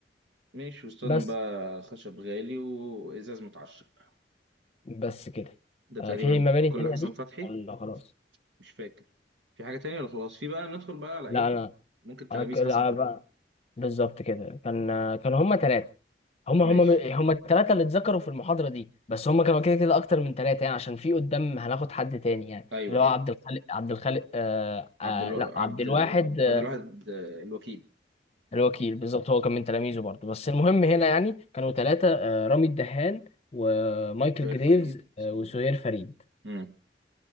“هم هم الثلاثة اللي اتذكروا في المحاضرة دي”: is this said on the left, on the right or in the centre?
Left